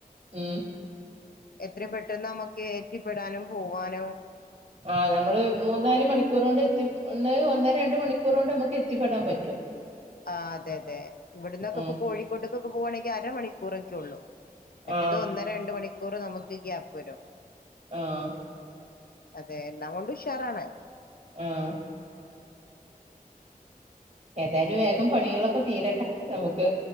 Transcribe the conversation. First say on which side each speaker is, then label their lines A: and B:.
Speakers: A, on the right; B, on the left.
A: ഉം
B: എത്ര പെട്ടെന്ന് നമ്മുക്ക് എത്തിപ്പെടാനും പോവാനും
A: ആഹ് നമ്മള് മൂന്ന് നാല് മണിക്കൂർ കൊണ്ട് എത്തിന്ന് ഒന്ന് രണ്ട് മണിക്കൂർ കൊണ്ട് നമുക്ക് എത്തിപ്പെടാൻ പറ്റും
B: ആ അതെ അതെ ഇവിടുന്നൊക്കെ
A: ഉം
B: ഇ കോഴിക്കോട്ടക്കൊക്കെ പോകവാണെങ്കിൽ അരമണിക്കൂറൊക്കെ ഉള്ളു മറ്റത്
A: ആഹ്
B: ഒന്ന് രണ്ട് മണിക്കൂർ നമുക്ക് ഗ്യാപ്പ് വരും
A: ആഹ്
B: അത് എല്ലാം കൊണ്ട് ഉഷാറാാണ്
A: ആഹ് ഏതായാലും വേഗം പണികളൊക്കെ തീരട്ടെ നമുക്ക്